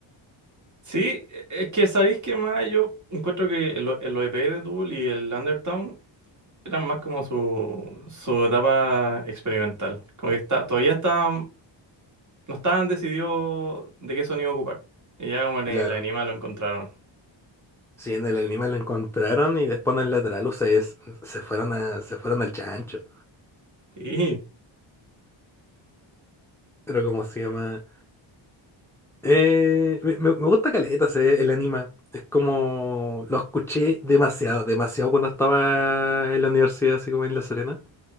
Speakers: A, on the right; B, in the centre.
A: Sí, e- es que sabéis que más yo encuentro que el, o- el OEP de Tool y el Undertown eran más como su, su etapa experimental. Como que está, todavía estaban, no estaban decididos de qué sonido ocupar. Y ya como en
B: Claro.
A: el- la anima lo encontraron.
B: Sí, en el anime lo encontraron y después en el lateral, o sea, es- se fueron a, se fueron al chancho.
A: Sí,
B: Pero ¿cómo se llama? Eh, me, me- me gusta caleta ese- el anime. Es como lo escuché demasiado, demasiado cuando estaba en la universidad, así como en La Serena.